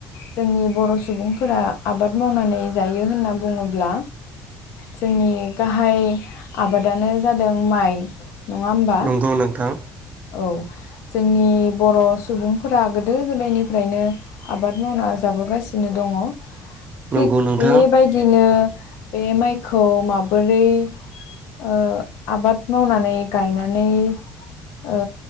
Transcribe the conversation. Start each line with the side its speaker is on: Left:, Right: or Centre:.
Left: जोंनि बर' सुबुंफोरा आबाद मावनानै जायो होनना बुङोब्ला जोंनि गाहाय आबादानो जादों माइ। नङा होमबा
Right: नंगौ नोंथां
Left: औ जोंनि बर' सुबुंफोरा गोदो गोदायनिफ्रायनो आबाद मावना जाबोगासिनो दङ
Right: नंगौ
Left: थिग
Right: नोंथां
Left: बेबायदिनो बे माइखौ माबोरै ओ आबाद मावनानै गायनानै ओ